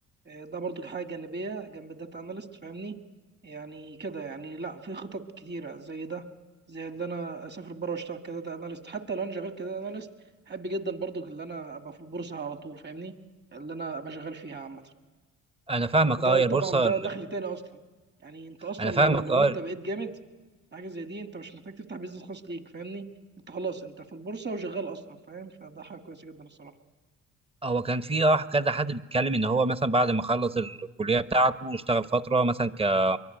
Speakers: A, on the right; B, on the right.
A: آه، ده برضو حاجه جانبيه جنب الداتا اناليست فاهمني يعني كده يعني لا في خطط كتيره زي ده زي اللي انا اسافر بره واشتغل كداتا اناليست حتى لو انا شغال كداتا اناليست احب جدا برضو اللي انا ابقى في البورصه على طول فاهمني اللي انا ابقى شغال فيها عامه
B: انا فاهمك
A: فده
B: اه يا
A: طبعا
B: البورصه
A: ده دخل تاني اصلا يعني انت اصلا
B: انا
A: لو
B: فاهمك
A: لو
B: اه
A: انت بقيت جامد في حاجه زي دي انت مش محتاج تفتح بيزنس خاص ليك فاهمني انت خلاص انت في البورصه وشغال اصلا فاهم فده حاجه كويسه جدا الصراحه
B: هو كان في اه كذا حد بيتكلم ان هو مثلا بعد ما خلص الكليه بتاعته واشتغل فتره مثلا ك-